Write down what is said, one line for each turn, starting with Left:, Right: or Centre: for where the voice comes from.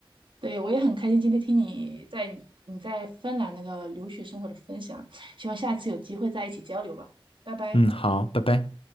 Right: 对，我也很开心今天听你在你你在芬兰那个留学生活的分享，希望下次有机会再一起交流吧，拜拜。
Left: 嗯，好，拜拜。